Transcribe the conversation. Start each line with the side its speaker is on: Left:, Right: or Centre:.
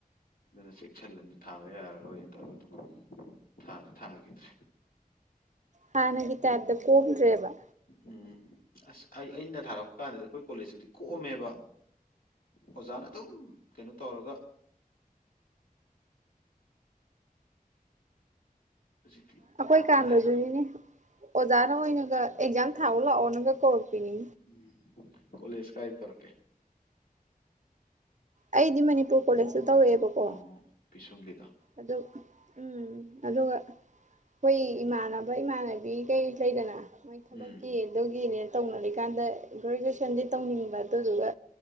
Left: ꯑꯗꯨꯅ ꯆꯦꯛꯁꯤꯜꯂꯗꯤ ꯊꯥꯕ ꯌꯥꯔꯔꯣꯏ ꯇꯧꯔ ꯑꯗꯨꯝ ꯊꯥꯗꯤ ꯊꯥꯒꯤꯗ꯭ꯔꯦ꯫
Right: ꯍꯥꯟꯅꯒꯤ ꯇꯥꯏꯞꯇ ꯀꯣꯝꯗ꯭ꯔꯦꯕ꯫
Left: ꯎꯝ ꯑꯁ ꯑꯩ ꯑꯩꯅ ꯊꯥꯔꯛꯄ ꯀꯥꯟꯗꯗꯤ ꯑꯩꯈꯣꯏ ꯀꯣꯂꯦꯖꯇꯨꯗꯤ ꯀꯣꯝꯃꯦꯕ ꯑꯣꯖꯥꯅ ꯑꯗꯨꯝ ꯀꯩꯅꯣ ꯇꯧꯔꯒ ꯍꯧꯖꯤꯛꯇꯤ
Right: ꯑꯩꯈꯣꯏ
Left: ꯌꯥꯝ
Right: ꯀꯥꯟꯗꯖꯨꯅꯤꯅꯦ
Left: ꯋꯥꯅꯔꯦ
Right: ꯑꯣꯖꯥꯅ ꯑꯣꯏꯅꯒ ꯑꯦꯛꯖꯥꯝ ꯊꯥꯎꯂꯥꯎꯅꯒ ꯀꯧ ꯕꯤꯅꯤ
Left: ꯎꯝ ꯀꯣꯂꯦꯖ ꯀꯥꯏ ꯇꯧꯔꯛꯀꯦ꯫
Right: ꯑꯩꯗꯤ ꯃꯅꯤꯄꯨꯔ ꯀꯣꯂꯦꯖ꯫ ꯗ ꯇꯧꯔꯛꯑꯦꯕꯀꯣ
Left: ꯑꯣ ꯄꯤꯁꯨꯝꯒꯤꯗꯣ
Right: ꯑꯗꯨ ꯎꯝ ꯑꯗꯨꯒ ꯑꯩꯈꯣꯏ ꯏꯃꯥꯟꯅꯕ ꯏꯃꯥꯟꯅꯕꯤ ꯒꯩ ꯂꯩꯗꯅ꯫ ꯃꯣꯏ ꯊꯕꯛꯀꯤ
Left: ꯎꯝ
Right: ꯑꯗꯨꯒꯤꯅꯦ ꯇꯧꯅꯔꯤꯀꯥꯟꯗ ꯒ꯭ꯔꯦꯖꯨꯑꯦꯁꯟꯗꯤ ꯇꯧꯅꯤꯡꯕ ꯑꯗꯨꯗꯨꯒ